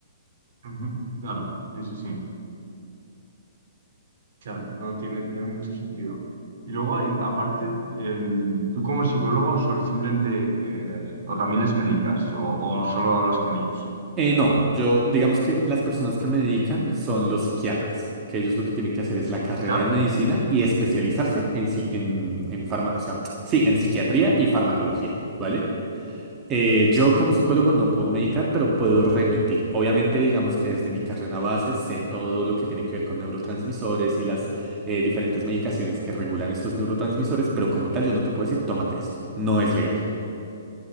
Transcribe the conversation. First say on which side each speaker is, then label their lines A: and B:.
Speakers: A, on the right (about 55°); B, on the right (about 20°).
A: ujú. Claro, sí, sí, sí. Claro, no tiene, tiene mucho sentido. Y luego, hay- aparte, eh, tú como psicólogo sol- simplemente eh, o también les medicas o, o solo hablas con ellos.
B: Eh, no, yo digamos que las personas que me dedican son los psiquiatras, que ellos lo que tienen que hacer es la carrera
A: Claro,
B: de medicina y especializarse en, si- en, en farma- o sea, sí, en psiquiatría y farmacología, ¿vale? Eh, yo como psicólogo no puedo medicar, pero puedo remitir. Obviamente, digamos que desde mi carrera base sé todo lo que tiene que ver con neurotransmisores y las eh, diferentes medicaciones que regulan estos neurotransmisores, pero como tal yo no te puedo decir, tómate esto. No es legal.